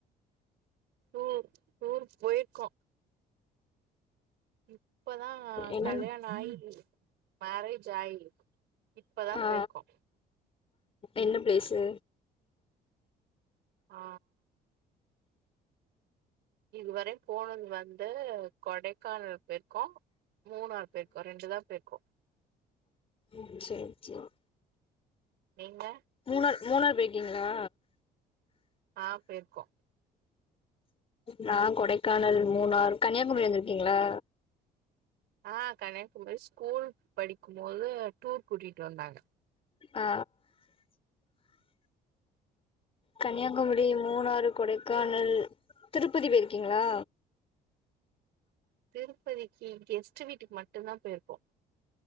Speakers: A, on the right (about 80°); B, on the left (about 35°).
A: ம் ஊருக் போய்ருக்கோ இப்பதா
B: என்னன்
A: கல்யாண் ஆயி மேரேஜ் ஆயி இப்பதா
B: ஆ
A: போயிருக்கோ
B: என்ன ப்ளேஸ்சு
A: ஆ இதுவரையு போனத் வந்து கொடைக்கானல் போய்ருக்கோ மூணாறு போய்ருக்கோ ரெண்டு தா போய்ருக்கோம்
B: ம் சேர் சேர்
A: நீங்க
B: மூணார் மூணார் பேயிருக்கிங்களா
A: ஆ போய்ருக்கோ
B: நா கொடைக்கானல் மூணார் கன்னியாகுமரி வந்திருக்கீங்களா
A: ஆ கன்னியாகுமரி ஸ்கூல் படிக்கும்போது டூர் கூட்டிட்டு வந்தாங்க
B: ஆ கன்னியாகுமரி
A: ம்
B: மூணாறு கொடை க்கானல் திருப்பதி போய்ருக்கீங்களா
A: திருப்பதிக்கு கெஸ்ட்டு வீட்டுக் மட்டுதா போயிருக்கோ